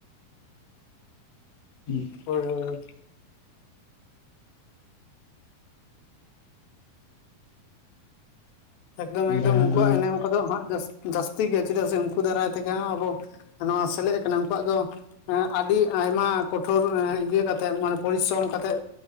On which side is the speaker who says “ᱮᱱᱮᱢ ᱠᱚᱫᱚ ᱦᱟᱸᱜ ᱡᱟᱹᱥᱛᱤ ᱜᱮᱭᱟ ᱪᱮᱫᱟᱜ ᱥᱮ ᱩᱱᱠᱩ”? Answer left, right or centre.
Left